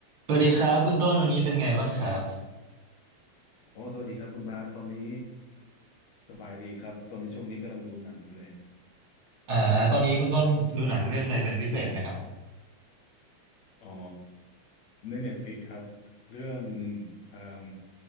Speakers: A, on the right; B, on the left.
A: สวัสดีครับคุณต้นวันนี้เป็นไงบ้างครับ
B: อ๋อสวัสดีครับคุณบาสตอนนี้สบายดีครับ ตอนนี้ช่วงนี้กำลังดูหนังอยู่เลย
A: อ่าตอนนี้คุณต้นดูหนังเรื่องอะไรเป็นพิเศษไหมครับ
B: อ๋อ ใน Netflix ครับ เรื่องอืม